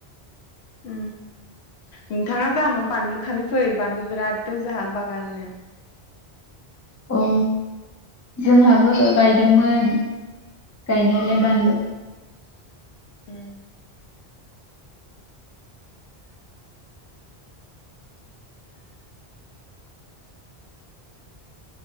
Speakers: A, on the left; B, on the left.
A: उम नोंथाङा जोहानाव बानलु खानो फै बानलु बिराद दं जोंहा बागाननो
B: औ जोंहाबो गायदोंमोन गायनायालाय बानलु
A: उम उम।